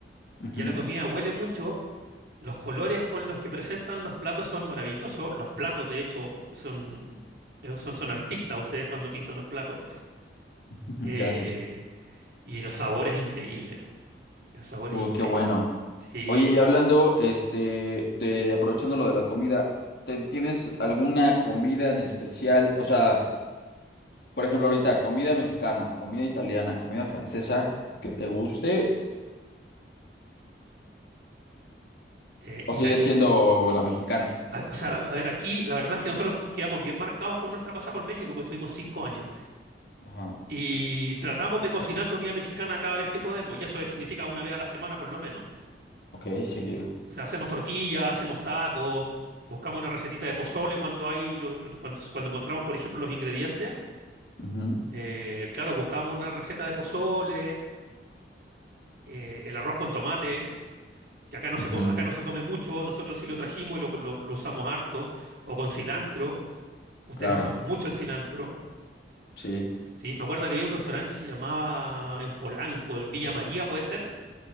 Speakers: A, on the left; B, on the right.
A: Ujú,
B: ya la comida huele mucho, los colores con los que presentan los platos son maravillosos, los platos de hecho son, eh, son, son artistas ustedes cuando pintan los platos,
A: ujú,
B: eh,
A: Gracias.
B: y el sabor es increíble, el sabor
A: Uh,
B: es increíble.
A: qué bueno.
B: Sí,
A: Oye, y hablando, este, de aprovechando lo de la comida, ¿te- ¿tienes alguna comida en especial? O sea, por ejemplo, ahorita, comida mexicana, comida italiana, comida francesa, que te guste,
B: eh,
A: o
B: Itali-
A: sigue siendo la mexicana.
B: a- o sea, a ver, aquí la verdad es que nosotros quedamos bien marcados con nuestra pasada por México, pues estuvimos cinco años.
A: Ajá.
B: Y tratamos de cocinar comida mexicana cada vez que podemos, y eso significa una vez a la semana por lo menos.
A: Ok, seguido.
B: O sea, hacemos tortillas, hacemos tacos, buscamos una recetita de pozole cuando hay los- cuando, cuando encontramos, por ejemplo, los ingredientes.
A: Ujú,
B: Eh, claro, buscamos una receta de pozole, eh, el arroz con tomate, que acá no se,
A: ujú,
B: co- acá no se come mucho, nosotros sí lo trajimos y lo, lo- lo usamos harto, o con cilantro. Ustedes
A: Claro,
B: usan mucho el cilantro.
A: sí.
B: Sí, me acuerdo que había un restaurante que se llamaba en Polanco, el Villa María, ¿puede ser?